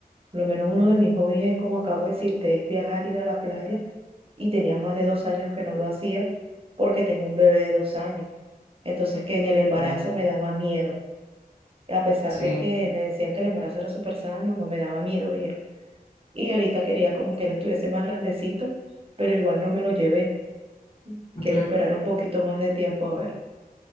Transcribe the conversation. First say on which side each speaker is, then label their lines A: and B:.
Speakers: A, on the right; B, on the left.
A: Por lo menos uno de mis hobbies es, como acabo de decirte, es viajar, ir a la playa. Y tenía más de dos años que no lo hacía porque tengo un bebé de dos años. Entonces, que en el embarazo
B: Ya,
A: me daba miedo a pesar
B: sí.
A: de que me decían que el embarazo era súper sano, no me daba miedo ir. Y ahorita quería como que él estuviese más grandecito, pero igual no me lo llevé.
B: ujú,
A: Quiero esperar un poquito más de tiempo a ver.